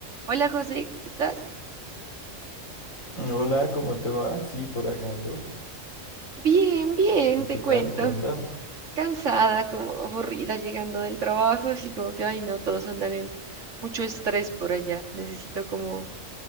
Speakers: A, on the right (about 65°); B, on the left (about 85°).
A: Hola José, ¿estás?
B: Hola, ¿cómo te va? Sí, por acá ando.
A: Bien, bien,
B: ¿Tú
A: te
B: qué
A: cuento.
B: tal? ¿Qué onda?
A: Cansada, como aburrida llegando del trabajo, así como que, ay no, todos andan en mucho estrés por allá. Necesito como